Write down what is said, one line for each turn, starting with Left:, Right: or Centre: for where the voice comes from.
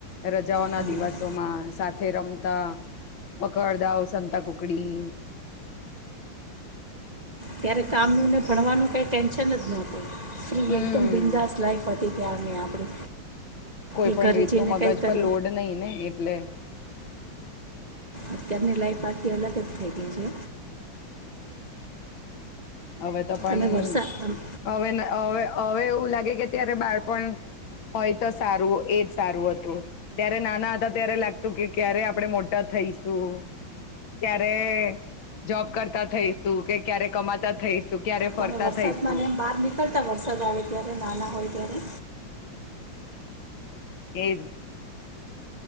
Left: રજાઓના
Right: હા
Left: દિવસોમાં સાથે રમતા પકડદઓ સંતા કુકડી
Right: ત્યારે કામનું ને ભણવાનું કઈ ટેન્શન જ નહોતું. ફ્રી
Left: હમ
Right: એકદમ બિંદસ્ લાઈફ. ત્યાર આપણે
Left: કોઈ
Right: એ
Left: પણ
Right: ઘરે
Left: રીતનું
Right: જઈને
Left: મગજ
Right: કઈ કર
Left: પર લોડ નહી ને એટલે
Right: અત્યારની લાઈફ આખી અલગ જ થઈ ગઈ છે.
Left: હવે તો પણ
Right: તમે વરસાદ
Left: હવે હવે હવે એવું લાગે કે અ્યારે બાળપણ હોય તો સારું એજ સારું હતું. ત્યારે નાના હતા ત્યારે લાગતું કે ક્યારે આપડે મોટા થઈશું ક્યારે જોબ કરતા થઈશું કે ક્યારે કમાતા થઈશું ક્યારે
Right: તમે
Left: ફરતા
Right: વરસાદમાં
Left: થઈશું
Right: મ બહાર નીકળતા વરસાદ આવે ત્યારે નાના હોય ત્યારે
Left: એ જ.